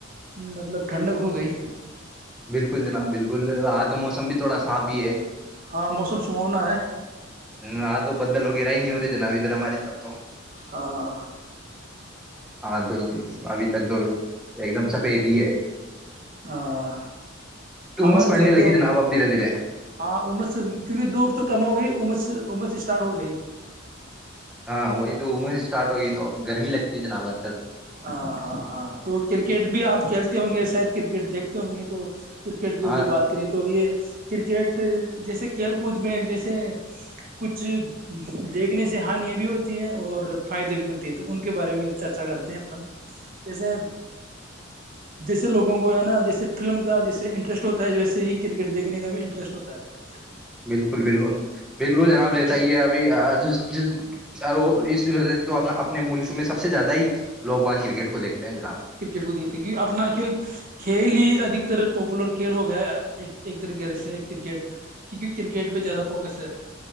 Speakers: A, on the right; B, in the centre.
A: مطلب ٹھنڈک ہو گئی
B: بالکل جناب بالکل آج تو موسم بھی تھوڑا صاف ہی ہے
A: ہاں موسم سہاونا ہے
B: ہ آ تو بدل وغہ ہی نہیں ہو جنا ادھر ہماری طرف تو
A: ہاں <unintelligible>
B: ہاں تو ابھی تک تو ایک دم سفید ہی ہے
A: ہاں ہماری
B: عمس پڑنے
A: طرف
B: لگی
A: تو
B: جناب اب دھیرے دھیرے
A: ہاںمس سے کیونکہ دھوپ تو کم ہو گئیمس سےمس اسٹارٹ ہو گئی <unintelligible>
B: ہاں وہی تو عمر سے اسٹارٹ ہوگئی تو اب گرمی لگتی ہے جنا بول
A: ہاں ہاں ہاں تو کرکٹ بھی آپ کھیلتے ہوں گے شاید کرکٹ دیکھتے ہوں گے تو کرکٹ کے
B: ہاں
A: اوپر بات کرے تو یہ کرکٹ جیسے کھیل کود میں جیسے کچھ دیکھنے سے ہان بھی ہوتی ہے اور فائدے بھی ہوتی ہے تو ان کے بارے میں چرچا کرتے اپن جیسے جیسے لوگوں کو ہے نا جیسے فلم کا جیسے انٹرسٹ ہوتا ہے ویسے ہی کرکٹ دیکھنے کا بھی انٹرسٹ ہوتا ہے
B: بالکل بالکل بالکل جناب
A: ہاں
B: رہتا
A: تو
B: ہی ہے ابھی ج ج اور وہ اس وہ سے تو اپنے ملک میں سب سے زیادہ ہی لوگ وہاں کرکٹ کو دیکھتے ہیں جناب
A: کرکٹ کو دیکھتے کی اپنا کیوں کھیل ہی ادھتر پاپولر کھیل ہو گیا ایک طریق سے کرکٹ کیونکہ کرکٹ پہ زیادہ فوکس ہے